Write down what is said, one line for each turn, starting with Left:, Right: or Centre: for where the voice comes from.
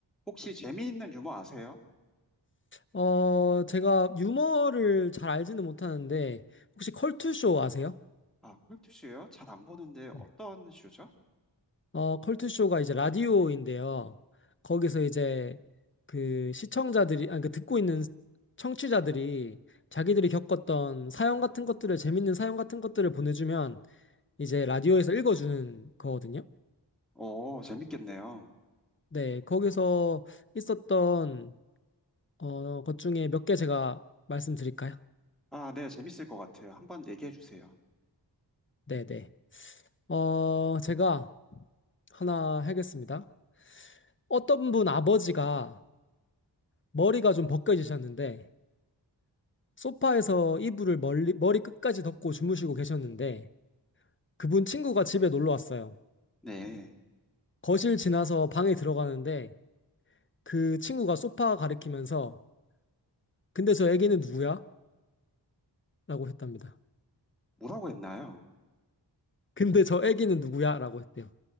Centre: 혹시 재미있는 유머 아세요?
Left: 어, 제가 유머를 잘 알지는 못하는데, 혹시 컬투쇼 아세요?
Centre: 아, 컬투쇼요? 잘 안 보는데
Left: 네.
Centre: 어떤 쇼죠?
Left: 어, 컬투쇼가 이제 라디오인데요. 거기서 이제 그 시청자들이, 아니, 그 듣고 있는 청취자들이 자기들이 겪었던 사연 같은 것들을, 재밌는 사연 같은 것들을 보내주면 이제 라디오에서 읽어주는 거거든요.
Centre: 오, 재밌겠네요.
Left: 네, 거기서 있었던, 어, 것 중에 몇 개 제가 말씀드릴까요?
Centre: 아, 네, 재밌을 것 같아요. 한번 얘기해 주세요.
Left: 네네. 어, 제가 하나 하겠습니다. 어떤 분 아버지가 머리가 좀 벗겨지셨는데 소파에서 이불을 멀리, 머리 끝까지 덮고 주무시고 계셨는데 그분 친구가 집에 놀러 왔어요.
Centre: 네,
Left: 거실 지나서 방에 들어가는데 그 친구가 소파 가리키면서 근데 저 애기는 누구야? 라고 했답니다.
Centre: 뭐라고 했나요?
Left: 근데 저 애기는 누구야? 라고 했대요.